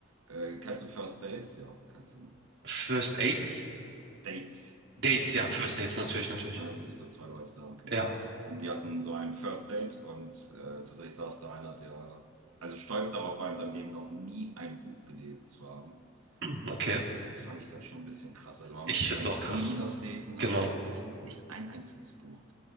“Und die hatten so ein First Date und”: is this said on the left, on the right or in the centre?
Right